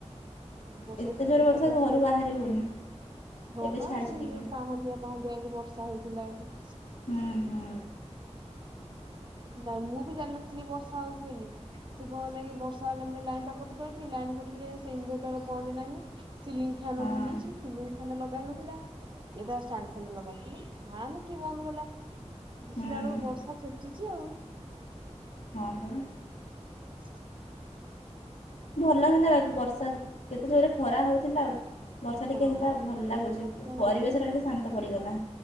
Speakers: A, on the right; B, on the left.
A: ବର୍ଷା
B: ଏତେ
A: ସିଜିନ
B: ଜୋର ବର୍ଷା
A: ଟା ବି ଆସି
B: ଘରୁ ବାହାରି ହେଉନି
A: ହଁ
B: ଏବେ
A: ବା
B: ଛାଡ଼ିଛି
A: ସେ
B: ଟିକେ
A: ଯୋଉ ପାହାନ୍ତି ପାନ୍ତି ଭାନ୍ତି ବର୍ଷା ହେଇଥିଲା ଆଜି।
B: ହୁଁ ହୁଁ
A: ନାଇଁ ମୁଁ ବି ଜାଣିନଥିଲି ବର୍ଷା ହଉଛି ବୋଲି। ସେ କଣ ହେଲା କି ବର୍ଷା ହେଲା ମାନେ ଲାଇନଟା କଟି ଦେଉଛି ଲାଇନ୍ କଟିଲେ ସେ ଇନଭେଟର ପଏଣ୍ଟ ନାହିଁ। ସିଲିଂ ଫାନ
B: ହଁ
A: ବୁଲୁଛି ସିଲି ଲଗାଇ ନଥିଲା ଏଇଟାଣ୍ଡ ଫାଣ୍ଡ ଲଗଥିଲା ଫ୍ୟାନ କି ବନ୍ଦ କଲା। ଦେଖିଲା
B: ହୁଁ
A: ବେଳକୁ ବର୍ଷା ଛେଚୁଛି ଆଉ।
B: ହଁ ପରା।
A: <inaudible>
B: ଭଲ ହେଲା ବାକି ବର୍ଷା କେତେ ଜୋରେ ଖରା ହଉଥିଲା ଆଉ। ବର୍ଷା
A: ହଁ
B: ଟିକିଏ ହେଲା ଭଲ ଲାଗୁଛି
A: ବର୍ଷା
B: ପରିବେଶଟା ଟିକେ ଶାନ୍ତ ପଡ଼ିଗଲା।